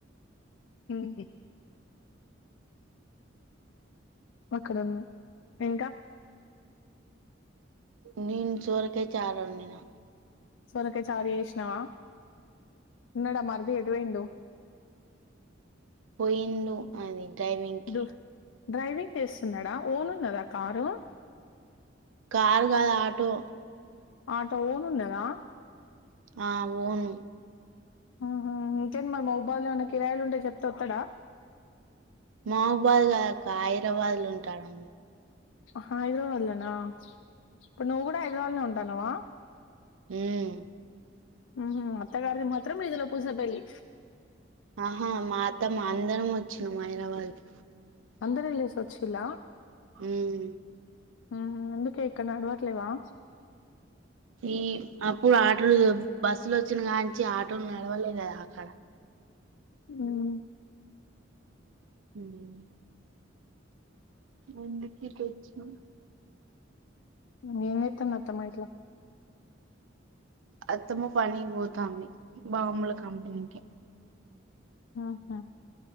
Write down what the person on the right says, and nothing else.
నీన్ చోరకే చారడినా
పోయిండు అది డ్రైవింగ్కి
కార్ కాదు ఆటో
ఆ ఓను
మహుబాద్ కాదక్క హైదరాబాద్ల ఉంటాడు
హ్మ్
ఆహా మా అత్త మాన్ అందరం వచ్చినాం హైదరాబాద్ కి
ఉమ్
ఈ అప్పుడు ఆటలో బస్సులో వచ్చిన కాన్నుంచి ఆటోలు నడవలే కదా అక్కడ
హ్మ్ ఎందుకిటొచ్చినావ్
అత్తమ్మ పనికి పోతాంది బాంబుల కంపెనీకె